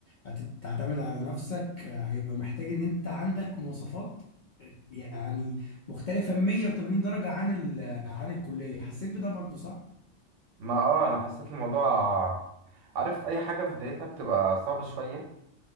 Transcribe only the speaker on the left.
هتعتمد على نفسك هيبقى محتاج ان انت عندك مواصفات يعني مختلفة 180 درجة عن ال... عن الكلية حسيت بده برضو صح؟